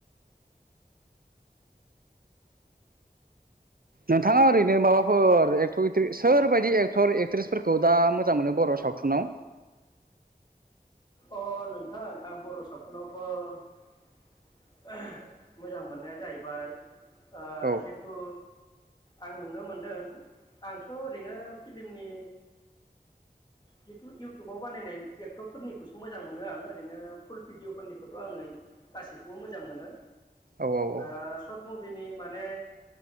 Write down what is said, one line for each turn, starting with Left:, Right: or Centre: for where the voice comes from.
Right: नोंथाङा ओरैनो माबाफोर एक्टर एकट्रि सोरबायदि एक्टर एक्ट्रिसफोरखौ दा मोजां मोनो बर सावथुनाव?
Left: अ नोंथां आं बर सावथुनावथ मोजां मोननाया जाहैबाय ओ
Right: औ
Left: जिहेथु आं नुनो मोनदों आंथ ओरैनो फिल्मनि जिथु इउटुबाव बानायनाय एक्टरफोरनि खौसो मोजां मोनो आं ओरैनो फुल भिडिअ फोरनिखौथ आङो गासैखौबो मोजां मोनो।
Right: औ औ औ
Left: ओ सर्ट मुबि बिनि माने।